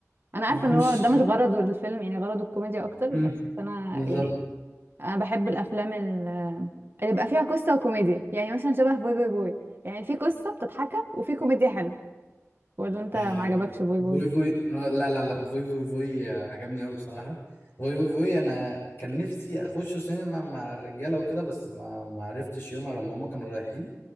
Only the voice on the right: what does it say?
انا عارفة
ان هو ده مش غرضه الفيلم يعني غرضه الكوميديا اكتر
بس انا
يعني انا بحب الافلام ال- اللي بيبقى فيها قصة وكوميديا يعني مثلا شبه بوي بوي بوي يعني في قصة بتضحكها وفي كوميديا حلوة ولا انت
ما عجبكش بوي بوي